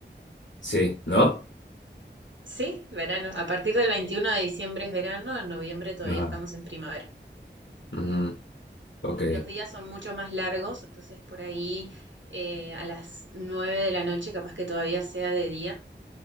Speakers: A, on the left; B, on the right.
A: sí, ¿no?
B: Sí, verano. A partir del 21 de diciembre es verano, en noviembre todavía
A: Ajá.
B: estamos en primavera.
A: Ujú, Ok,
B: Los días son mucho más largos, entonces por ahí eh, a las nueve de la noche capaz que todavía sea de día